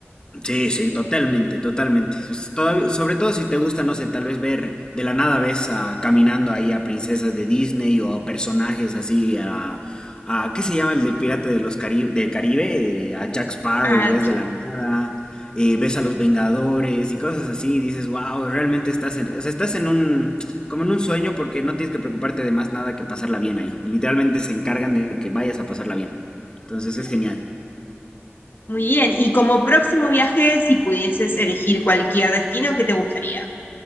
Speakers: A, on the left; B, on the left.
A: Sí, sí, totalmente, totalmente. Pues, todavía- sobre todo si te gusta, no sé, tal vez ver de la nada ves a, caminando ahí a princesas de Disney o a personajes así, a, a ¿qué se llama el del Pirata de los Cari- del Caribe? Eh, a Jack Sparrow,
B: Ah,
A: ves
B: claro.
A: de la nada, eh, ves a los Vengadores y cosas así, y dices, wow, realmente estás en, o sea, estás en un, como en un sueño porque no tienes que preocuparte de más nada que pasarla bien ahí. Literalmente se encargan de que vayas a pasarla bien. Entonces
B: Claro.
A: es genial.
B: Muy bien. Y como próximo viaje, si pudieses elegir cualquier destino, ¿qué te gustaría?